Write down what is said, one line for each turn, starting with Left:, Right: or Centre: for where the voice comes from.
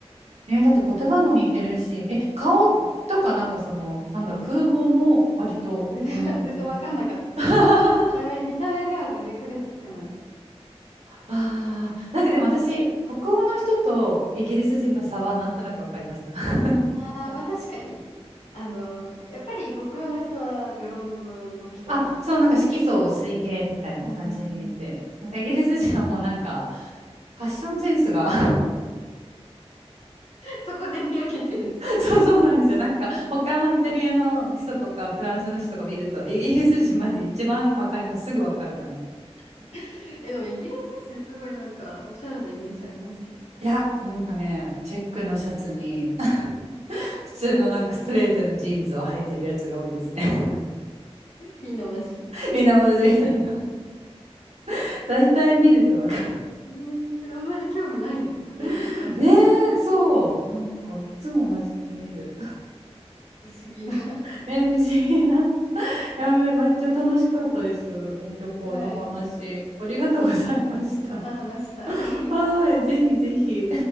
Right: ね、だって言葉も似てるし、え、顔とかなんかその、
Left: うん
Right: なんだろう、風貌も割と同じ。
Left: 全然、<laughs> 全然わかんなかったです。
Right: <laughs>
Left: 見た目、見た目では全然区別つかない。
Right: ああ、なんかでも私、北欧の人とイギリス人の差はなんとなく分かりました。
Left: うん。
Right: <laughs>
Left: ああ、
Right: うん
Left: まあ確かに。あの、やっぱり北欧の人はブロンドの人多いです。
Right: あ、そう、なんか色素薄い系みたいな感じに見えて、
Left: うんうんうんうん
Right: なんかイギリス人はもうなんか、ファッションセンスが
Left: そこで見分けてるんです。
Right: <laughs> そうそうなんですよ。なんか、他のイタリアの人とかフランスの人とか見ると、イギリス人マジ一番分かります。すぐ分かる感じ。
Left: <laughs> え、でもイギリス人すごいなんか、おしゃれなイメージありますけど。
Right: いや、なんかね、チェックのシャツに、<laughs> 普通のなんかストレートのジーンズを履いてるやつが多いですね。
Left: <laughs>
Right: <laughs>
Left: みんな同じ。
Right: みんな同じみたいな。<laughs> 大体見るとわかる。
Left: えーあんまり興味ないんですかね、ファッション。
Right: <laughs> ねえ、そう。なんかいつも同じに見える。
Left: 不思議な。<laughs>
Right: <laughs> ねえ、不思議な。いやめ、めっちゃ楽しかったです。旅行の話。
Left: はい。
Right: ありがとうございました。
Left: いえ、また話したい。
Right: <laughs> はい、ぜひぜひ。